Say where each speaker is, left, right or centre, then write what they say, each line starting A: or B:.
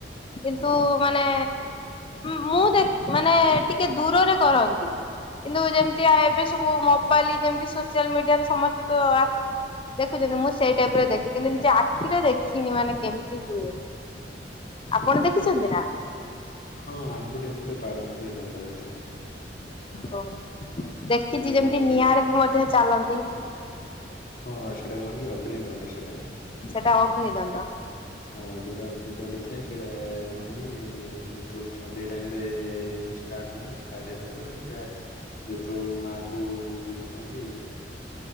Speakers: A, on the left (about 30°); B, on the left (about 50°).
A: କିନ୍ତୁ
B: ହଁ
A: ମାନେ ମୁଁ ଦେଖ୍ ମାନେ ଟିକେ ଦୂରରେ କରନ୍ତି। କିନ୍ତୁ ଯେମିତିଆ ଏବେ ସବୁ ମୋବାଇଲ ଯେମିତି ସୋସିଆଲ ମିଡିଆରେ ସମସ୍ତେ ତ ଆ ଦେଖୁଛନ୍ତି ମୁଁ ସେଇ ଟାଇପରେ ଦେଖେ କିନ୍ତୁ ନିଜ ଆଖିରେ ଦେଖିନି ମାନେ କେମିତି ହୁଏ। ଆଗରୁ ଦେଖିଛନ୍ତି ନା?
B: ହଁ ଆମପଟେ ଏପଟେ ପାଳନ ହୁଏ ଦଣ୍ଡଯାତ୍ରା।
A: ହଉ ଦେଖିଛି
B: ଦଣ୍ଡଯାତ୍ରା
A: ଯେମିତି ନିଆଁରେ ବି ମଧ୍ୟ ଚାଲନ୍ତି।
B: ହଁ ସେଟା କଣ କି ଅଗ୍ନଦଣ୍ଡ ସେଟା।
A: ସେଟା ଅଗ୍ନି ଦଣ୍ଡ।
B: ହଁ ଯେଉଁଟା ଅଗ୍ନିଦଣ୍ଡ ଥାଏ ସେଇଟା କଣ କି ଯେତଳୁ ସନ୍ଧ୍ୟା ଟାଇମରେ ଷ୍ଟାର୍ଟ ହୁଏ ନା ଷ୍ଟାର୍ଟ ହେଲା ପରେ ସେଟା ଯେତଳକୁ ମା କୁ କଣ କି?